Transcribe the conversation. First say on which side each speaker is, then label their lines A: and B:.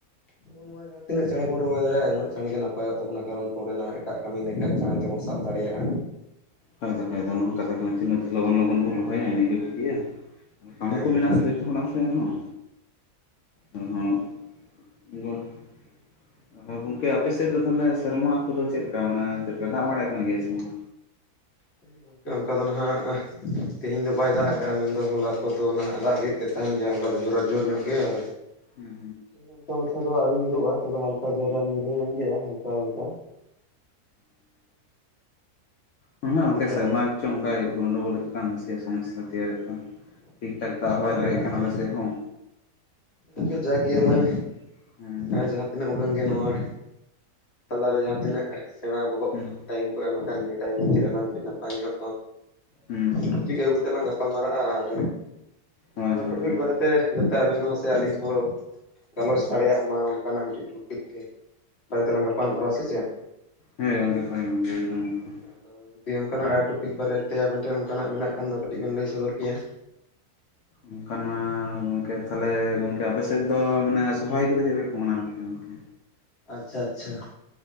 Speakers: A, on the left (about 45°); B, on the left (about 65°).
A: ᱟᱵᱚ ᱱᱚᱣᱟ ᱡᱟᱦᱟᱸ ᱡᱟᱦᱟᱸ ᱛᱤᱱᱟᱹᱜ ᱪᱟᱬᱮ ᱵᱚ ᱨᱚᱦᱚᱭ ᱫᱟᱲᱮᱭᱟᱜᱼᱟ ᱩᱱᱟᱹᱜ ᱪᱟᱬᱮ ᱜᱮ ᱱᱟᱯᱟᱭᱚᱜ ᱛᱟᱵᱚᱱᱟ ᱠᱟᱨᱚᱱ ᱯᱚᱨᱮ ᱱᱷᱟᱜ ᱮᱴᱟᱜ ᱠᱟᱹᱢᱤ ᱤᱱᱟᱹᱠᱷᱟᱱ ᱪᱟᱬᱮ ᱛᱮᱵᱚᱱ ᱥᱟᱵ ᱫᱟᱲᱮᱭᱟᱜᱼᱟ
B: ᱦᱚᱭ ᱫᱚ <unintelligible> ᱫᱚ ᱛᱤᱱᱟᱹᱜ ᱞᱚᱜᱚᱱ ᱞᱚᱜᱚᱱ ᱵᱚᱱ ᱨᱚᱦᱚᱭᱟ ᱤᱱᱟᱹᱜ ᱜᱮ ᱵᱷᱟᱹᱜᱮᱤᱭᱟ ᱠᱟᱹᱢᱤ
A: ᱦᱮᱸ
B: ᱠᱚ ᱢᱮᱱᱟᱜ ᱟᱥᱮ ᱡᱚᱛᱚ ᱦᱚᱲᱟᱜ ᱥᱮ ᱟᱨᱦᱚᱸ ᱟᱨᱦᱚᱸ
A: ᱦᱮᱸᱻ
B: <unintelligible> ᱦᱚᱭ ᱜᱚᱝᱠᱮ ᱟᱯᱮ ᱥᱮᱫ ᱫᱚ ᱛᱟᱦᱚᱞᱮ ᱥᱮᱨᱢᱟ ᱠᱚᱫᱚ ᱪᱮᱫᱞᱮᱠᱟ ᱢᱟᱱᱮ ᱪᱮᱫ ᱞᱮᱠᱟ ᱫᱟᱜ ᱵᱟᱲᱟᱭ ᱠᱟᱱ ᱜᱮᱭᱟ ᱥᱮ ᱵᱟᱝ
A: ᱦᱮᱸᱻ ᱜᱚᱝᱠᱮ ᱚᱱᱠᱟ ᱫᱚ ᱱᱷᱟᱜ ᱛᱮᱦᱮᱧ ᱫᱚ ᱵᱟᱭ ᱫᱟᱜ ᱟᱠᱟᱜᱼᱟ ᱢᱮᱱᱫᱚ ᱦᱚᱞᱟ ᱠᱚᱫᱚ ᱱᱷᱟᱜ ᱫᱟᱜᱮᱫᱼᱼ ᱜᱮ ᱛᱟᱦᱮᱱ ᱜᱮᱭᱟ ᱦᱚᱞᱟ ᱫᱚ ᱡᱚᱨᱟ ᱡᱳᱨ ᱧᱚᱜ ᱜᱮ ᱟᱨ
B: <unintelligible>
A: <unintelligible> ᱱᱚᱝᱠᱟ ᱢᱟᱪᱷᱟ ᱫᱚ ᱟᱹᱣᱨᱤ ᱧᱩᱨᱩᱜᱼᱟ ᱛᱚᱵᱮ ᱦᱟᱞᱠᱟ ᱫᱷᱟᱨᱟ ᱧᱩᱨᱦᱟᱹᱭᱮᱱ ᱜᱮᱭᱟ ᱦᱟᱞᱠᱟ ᱦᱟᱞᱠᱟ
B: ᱦᱮᱸᱻ ᱜᱚᱝᱠᱮ
A: ᱥᱮᱛᱟᱜ
B: ᱥᱮᱨᱢᱟ
A: ᱨᱮ
B: ᱜᱮᱪᱚᱝ ᱚᱱᱠᱟᱭ ᱜᱚᱱᱰᱳᱜᱚᱞᱮᱫ ᱠᱟᱱ ᱥᱮ ᱥᱚᱢᱚᱥᱟ ᱛᱮᱭᱟᱨᱮᱫ ᱠᱟᱱ ᱴᱷᱤᱠᱼᱴᱷᱟᱠ ᱫᱟᱜ ᱦᱚᱭ
A: ᱦᱮᱸ
B: ᱵᱟᱣ ᱫᱟᱜᱮᱫ
A: ᱜᱚᱝᱠᱮ
B: ᱠᱟᱱᱟ ᱟᱞᱮ ᱥᱮᱫ ᱦᱚᱸ
A: ᱜᱚᱝᱠᱮ ᱡᱟᱜᱽ ᱜᱮ
B: ᱱᱤᱛᱟᱜ
A: ᱟᱞᱟᱝ
B: ᱦᱮᱸ
A: ᱟᱻ ᱡᱟᱦᱟᱸ ᱛᱤᱱᱟᱹᱜ ᱩᱰᱩᱝ ᱜᱮ ᱱᱚᱣᱟ ᱛᱟᱞᱟᱨᱮ ᱡᱟᱦᱟᱸ ᱛᱤᱱᱟᱹᱜ ᱥᱮᱬᱟ ᱵᱚᱦᱚᱜ
B: ᱦᱩᱸ
A: ᱴᱟᱭᱤᱢ ᱮᱢᱟᱠᱟᱱ ᱤᱱᱟᱹ ᱴᱟᱭᱤᱢ ᱵᱷᱤᱛᱤᱨ ᱨᱮ ᱟᱞᱟᱝ ᱢᱤᱫᱴᱤᱡ ᱱᱟᱯᱟᱭ ᱧᱚᱜ
B: ᱦᱩᱸ ᱦᱩᱸ
A: ᱴᱚᱯᱤᱠ ᱟᱹᱜᱩ ᱠᱟᱛᱮ ᱞᱟᱝ ᱜᱟᱯᱟᱼᱼ ᱜᱟᱯᱟᱞ ᱢᱟᱨᱟᱜᱼᱟ ᱟᱨ
B: ᱦᱳᱭ
A: ᱚᱱᱟ
B: ᱦᱳᱭ
A: ᱴᱚᱯᱤᱠ
B: ᱦᱳᱭ
A: ᱵᱟᱨᱮᱛᱮ
B: ᱦᱩᱸ
A: ᱡᱟᱛᱮ ᱟᱹᱵᱤᱱ ᱦᱚᱸ ᱥᱮ ᱟᱹᱞᱤᱧ ᱦᱚᱸ ᱜᱟᱞᱚᱪ ᱫᱟᱲᱮᱭᱟᱜ ᱢᱟ ᱚᱱᱠᱟᱱᱟᱜ ᱢᱤᱫᱴᱤᱡ ᱴᱚᱯᱤᱠ ᱛᱮ ᱵᱟᱨᱮ ᱛᱮᱞᱟᱝ ᱜᱟᱯᱟᱞᱢᱟᱨᱟᱣᱟ ᱥᱮ ᱪᱮᱫ
B: ᱦᱮᱸ ᱜᱚᱝᱠᱮ ᱦᱚᱭ ᱜᱚᱝᱠᱮ ᱮᱠᱫᱚᱢ ᱮᱠᱫᱚᱢ
A: ᱛᱚ ᱡᱩᱫᱤ ᱚᱱᱠᱟᱱᱟᱜ ᱴᱚᱯᱤᱠ ᱵᱟᱨᱮ ᱛᱮ ᱟᱵᱮᱱ ᱴᱷᱮᱱ ᱚᱱᱠᱟᱱᱟᱜ ᱢᱮᱱᱟᱜ ᱠᱷᱟᱱ ᱫᱚ ᱠᱟᱹᱴᱤᱡ ᱵᱮᱱ ᱞᱟᱹᱭ ᱥᱚᱫᱚᱨ ᱠᱮᱭᱟ
B: ᱚᱱᱠᱟᱱᱟᱜ ᱜᱚᱝᱠᱮ ᱛᱟᱦᱞᱮ ᱜᱚᱠᱮ ᱟᱯᱮ ᱥᱮᱫ ᱫᱚ ᱢᱟᱱᱮ ᱥᱚᱦᱨᱟᱭ ᱠᱚᱫᱚ ᱪᱮᱫ ᱞᱮᱠᱟᱠᱚ ᱢᱟᱱᱟᱣ ᱜᱮᱭᱟ ᱜᱚᱝᱠᱮ
A: ᱟᱪᱪᱷᱟ ᱟᱪᱪᱷᱟ